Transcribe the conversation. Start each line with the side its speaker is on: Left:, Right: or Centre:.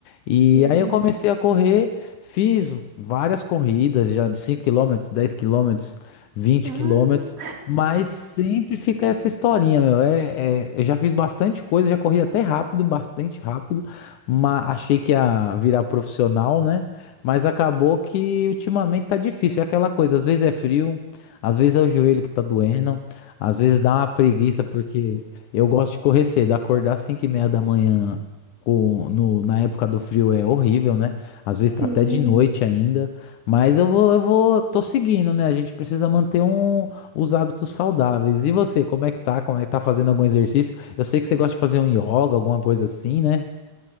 Left: E
Right: sim.
Left: aí eu comecei a correr, fiz várias corridas, já de 5 quilômetros, 10 quilômetros, vinte
Right: Ah,
Left: quilômetros, mas sempre fica essa historinha, meu. É, é, eu já fiz bastante coisa, já corri até rápido, bastante rápido mas achei que ia virar profissional, né? Mas acabou que ultimamente tá difícil. É aquela coisa, às vezes é frio, às vezes é o joelho que tá doendo, às vezes dá uma preguiça, porque eu gosto de correr cedo, acordar às 5 e meia da manhã. com- no- na época do frio é horrível, né? Às vezes tá
Right: sim.
Left: até de noite ainda, mas eu vou, eu vou, tô seguindo, né? A gente precisa manter um, os hábitos saudáveis. E você, como é que tá? Como é que tá fazendo algum exercício? Eu sei que você gosta de fazer um yoga, alguma coisa assim, né?